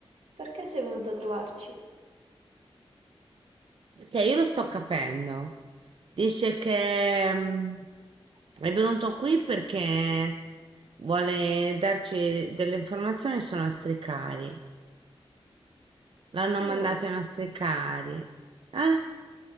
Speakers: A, on the right; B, on the right.
A: perché sei venuto a trovarci?
B: Perché io lo sto capendo. Dice che mm, è venuto qui perché vuole darci delle informazioni sui nostri cari. L'hanno
A: Oh,
B: mandato ai nostri cari. Eh?